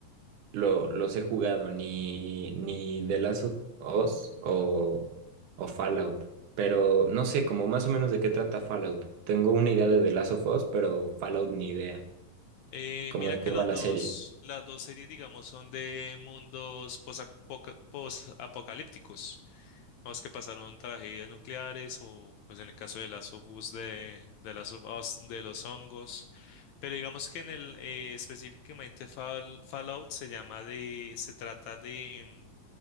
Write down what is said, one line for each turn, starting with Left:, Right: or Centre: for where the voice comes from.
Right: lo- los he jugado, ni, ni The Last of Us o, o Fallout. Pero no sé, como más o menos de qué trata Fallout. Tengo una idea de The Last of Us, pero Fallout ni idea.
Left: Eh,
Right: Como
Left: mira
Right: de
Left: que
Right: qué
Left: los
Right: va la
Left: dos,
Right: serie.
Left: las dos series digamos son de mundos posapoca- posapocalípticos. los que pasaron tragedias nucleares o pues en el caso de las of Us de, de Last of Us, de los hongos. Pero digamos que en el eh, específicamente Fall- Fallout se llama de, se trata de,